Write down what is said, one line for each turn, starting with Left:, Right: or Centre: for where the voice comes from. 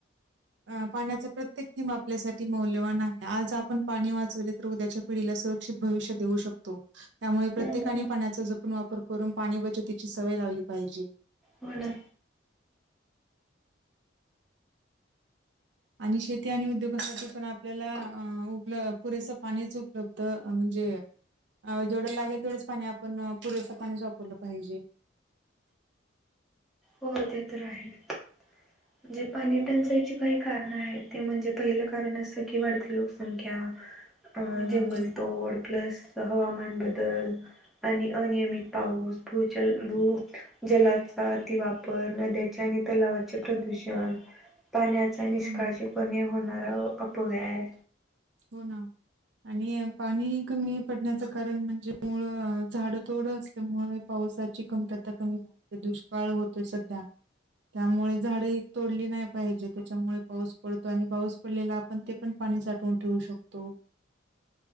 Right: अ पाण्याचा प्रत्येक थीम आपल्यासाठी मौल्यवान आहे आज आपण पाणी वाचवले तर उद्याच्या पिढीला सुरक्षित भविष्य देऊ शकतो त्यामुळे प्रत्येकाने
Centre: हम्म.
Right: पाण्या आपण वापर करून पाणी बचतीची सवय लावली पाहिजे
Centre: हो, ना,
Right: आणि शेती, आणि उद्योगासाठी पण आपल्याला, उप पुरेसा पाणीच उपलब्ध म्हणजे, अ जेवढं लागेल तेवढंच पाणी, आपण पुरेसं पाणी वापरलं पाहिजे,
Centre: हो ते तर आहे च, म्हणजे पानी टंचायची काही कारणं आहेत. ते म्हणजे पहिलं कारण, असं कि वाढती लोकसंख्या, अ
Right: हो
Centre: जंगलतोड,
Right: ना,
Centre: प्लस हवामान बदल, आणि अनियमित पाऊस, भूजल भू जलाचा, वापर नद्याचे आणि, तलावाचे प्रदूषण, पाण्याचा निष्काळजी
Right: हो ना,
Centre: पणे होणारा, अपव्यय,
Right: हो, ना आणि पाणी कमी पडण्याचं कारण, म्हणजे मुळ अ झाडं थोडं असल्यामुळे, पावसाची कमतरता कमी भगते, दुष्काळ होतोय सध्या. त्यामुळे, झाडं तोडली नाही पाहिजे, त्याच्यामुळे पाऊस पडतो आणि पाऊस पडलेला आपण ते पण पाणी, साठवून ठेवू शकतो,